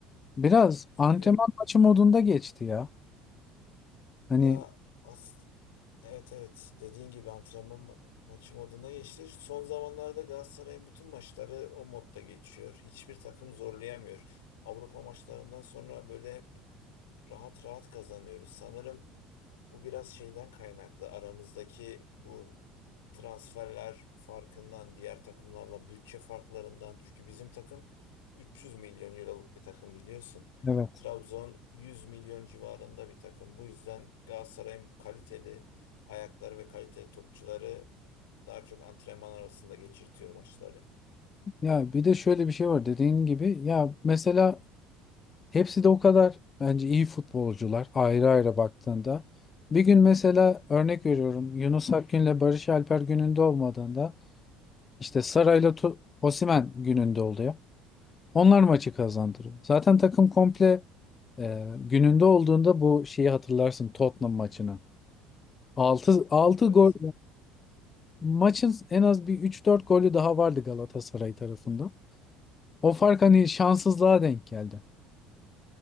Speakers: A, on the left (about 35°); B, on the left (about 80°).
A: Biraz antrenman
B: Biliyorum.
A: maçı modunda geçti ya. Hani
B: Ya as evet evet dediğin gibi antrenman ma- maçı moduna geçti. Son zamanlarda Galatasaray'ın bütün maçları o modda geçiyor. Hiçbir takım zorlayamıyor. Avrupa maçlarından sonra böyle hep rahat rahat kazanıyoruz. Sanırım Bu biraz şeyden kaynaklı. Aramızdaki bu transferler farkından, diğer takımlarla bütçe farklarından. Çünkü bizim takım 300 milyon euroluk bir takım biliyorsun.
A: Evet.
B: Trabzon 100 milyon civarında bir takım. Bu yüzden Galatasaray'ın bu kaliteli ayakları ve kaliteli topçuları daha çok antrenman arasında geçirtiyor maçları.
A: ya bir de şöyle bir şey var dediğin gibi ya mesela hepsi de o kadar bence iyi futbolcular ayrı ayrı baktığında. Bir gün mesela örnek veriyorum Yunus Akgün'le Barış Alper gününde olmadığında İşte Saray'la Tu- Osimhen gününde oluyor. Onlar maçı kazandırıyor. Zaten takım komple e, gününde olduğunda bu şeyi hatırlarsın Tottenham maçını. Altı altı
B: Evet.
A: gol maçın en az bir üç dört golü daha vardı Galatasaray tarafından. O fark hani şanssızlığa denk geldi.